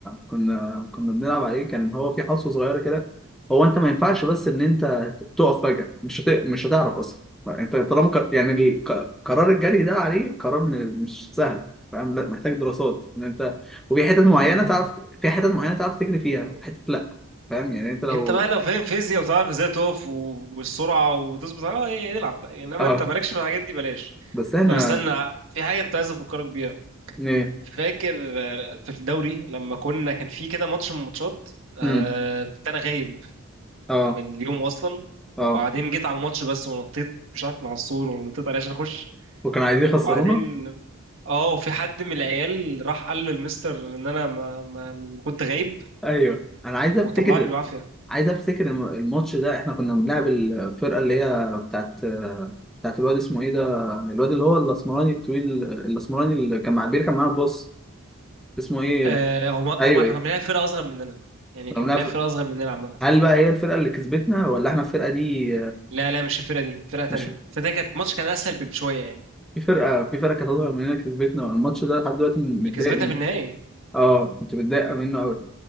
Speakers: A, in the centre; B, on the right.
A: كنا كنا بنلعب عليه كان هو في حصوة صغيرة كده هو انت ما ينفعش بس ان انت تقف فجأة مش هت... مش هتعرف اصلا انت طالما ك... يعني ال- ك- قرار الجري ده عليه قرار من- مش سهل فاهم لا محتاج دراسات ان انت وفي حتت معينة
B: <laughs>
A: تعرف في حتت معينة تعرف تجري فيها وحتت لا فاهم يعني انت لو
B: أنت بقى لو فاهم فيزياء وتعرف إزاي تقف و- والسرعة وتظبط أه إيه، العب بقى يعني إنما
A: اه
B: أنت مالكش في الحاجات دي بلاش
A: بس احنا
B: طب استنى في حاجة كنت عايز أفكرك بيها
A: ايه
B: فاكر آه، في الدوري لما كنا كان في كده ماتش من الماتشات آه
A: امم
B: كنت انا غايب
A: اه
B: من اليوم اصلا
A: اه
B: وبعدين جيت على الماتش بس ونطيت مش عارف من على السور ولا نطيت عليه عشان اخش
A: وكانوا عايزين يخسرونا
B: وبعدين اه في حد من العيال راح قال للمستر ان انا ما, ما ما كنت غايب
A: ايوه انا عايز افتكر
B: وطلعني بالعافيه
A: عايز افتكر الم- الماتش ده احنا كنا بنلعب الفرقه اللي هي بتاعت بتاعت الواد اسمه ايه ده الواد اللي هو الاسمراني الطويل الاسمراني اللي كان مع بيركب معانا الباص اسمه ايه
B: آه هما
A: ايوه
B: هما كانوا
A: ايه
B: بيلعبوا فرقه اصغر مننا يعني
A: كنا
B: كان
A: بنلعب
B: بيلعب
A: فرقة.
B: فرقه اصغر مننا عامه
A: هل بقى هي الفرقه اللي كسبتنا ولا احنا الفرقه دي
B: لا لا مش الفرقه دي فرقه تانية
A: مش
B: فده كانت ماتش كان اسهل بشويه يعني
A: في فرقه في فرقه كانت هتظهر مننا كسبتنا الماتش ده لحد دلوقتي متضايق
B: اللي كسبتنا
A: منه
B: في النهائي
A: اه كنت متضايق منه قوي